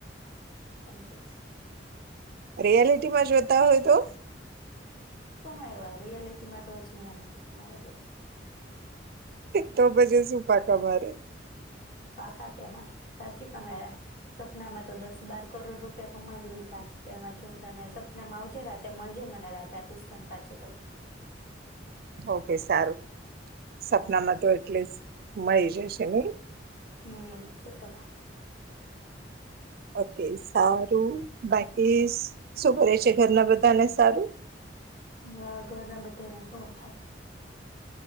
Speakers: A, on the left; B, on the right.
A: કુછ
B: રિયાલિટી માં જોતા હોય તો
A: હું એવા રિયાલિટી એમાં તો હજી મેં નથી કમાયવા એટલે <inaudible>
B: તો પછી શું ફાંફા મારે?
A: પાકા કે માર સાચી કમાયા સપનામાં તો દસ બાર કરોડ રૂપિયા કમાવી લીધા છે, તો એમાંથી હું તને સપના માં આવજે રાતે મળજે મને રાતે આપીસ તને પાંચ- છ કરોડ.
B: ઓકે સારું. સપનામાં
A: હા.
B: તો એટલિસ્ટ મળી જશે નહી.
A: હમ સો ટકા.
B: ઓકે સારું બાકી શું કરે છે ઘરના બધાને સારું?
A: હા ઘરના બધાને શું થાય?